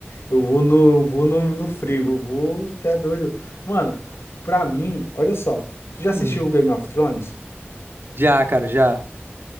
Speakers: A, on the left (about 70°); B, on the right (about 55°).
A: Eu vou no, eu vou no, no frio, eu vou até doido. Mano, pra mim, olha só. Tu já assistiu
B: Hum.
A: o Game of Thrones?
B: Já, cara, já.